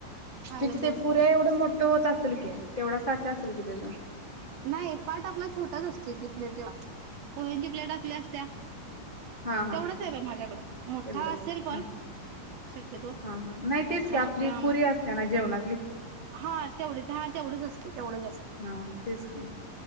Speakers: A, on the right; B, on the left.
A: खायला
B: तीच
A: घेऊसपर्यंत
B: ते पुऱ्याएवढं मोठ्ठ होत असलं कीं. तेवढा साचा असलं कीं. ते. गा
A: न्हाई पाट आपला छोटाच असतंय कीं. प्लेंट एवढा. पोह्यांची प्लेट आपली असतेया.
B: हा हा
A: तेवढंच हाय बाय माझ्याकड. मोठ्ठा
B: एवढंच
A: असलं पण,
B: हा
A: शक्यतो
B: हा हा. नाही
A: मोठ्या
B: तेच की, आपली
A: मोठ्या
B: पुरी असते ना जेवणात.
A: हा, तेवढंच, हा तेवढंच असत. तेवढंच असत.
B: हा तेच की